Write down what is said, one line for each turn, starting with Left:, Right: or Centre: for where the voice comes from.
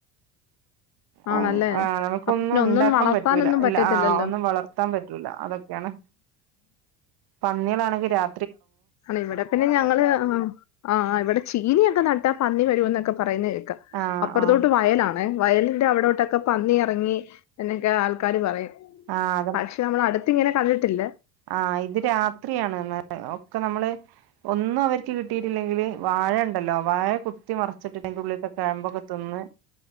Left: ആണല്ലേ
Right: ആഹ് ആഹ് നമുക്കൊന്നും
Left: അപ്പൊ പിന്നെ
Right: ഉണ്ടാക്കാൻ
Left: ഒന്നും വളർത്താനൊന്നും
Right: പറ്റൂല്ല
Left: പറ്റത്തില്ലല്ലോ
Right: ആഹ് ഒന്നും വളർ പറ്റൂല അതൊക്കെയാണ് പന്നികളാണെങ്കിൽ രാ
Left: അല്ല ഇവിടെ പിന്നെ ഞങ്ങള് ആഹ് ആഹ് ഇവിടെ ചീനിയൊക്കെ നാ ട്ട പന്നി വരോന്നൊക്കെ പറയുന്ന കേക്കാം
Right: ആഹ്
Left: അപ്പുറത്തോട്ട്
Right: ആഹ്
Left: വയലാ വയലിന്റെ അവിടോട്ടൊക്കെ പന്നി ഇറങ്ങി എന്നൊക്കെ ആൾക്കാര് പറയും
Right: ആഹ്
Left: പക്ഷെ നമ്മൾ അടുത്ത് ഇങ്ങനെ കണ്ടിട്ടില്ല
Right: ആ ഇത് രാത്രിയാണ് ഒക്കെ നമ്മള് ഒന്നും അവർക്ക് കിട്ടി ഇല്ലെങ്കില് വാഴ ഉണ്ടല്ലോ വാഴ കുത്തിമറി ച്ചിട്ടിട്ട് അതിനുള്ളിലത്തെ കാബ് ഒക്കെ തിന്ന്